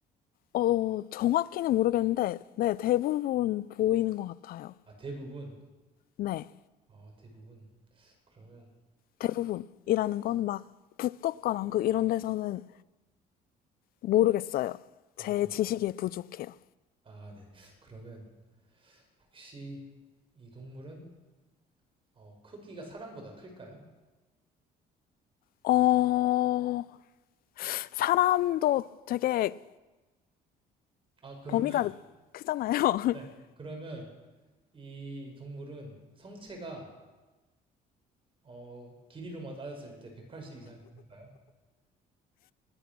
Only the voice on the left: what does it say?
어, 정확히는 모르겠는데, 네, 대부분 보이는 것 같아요.
네,
대부분이라는 건 막 북극과 남극 이런 데서는 모르겠어요.
제 지식이 부족해요.
어, 사람도 되게
범위가 크잖아요. <laughs>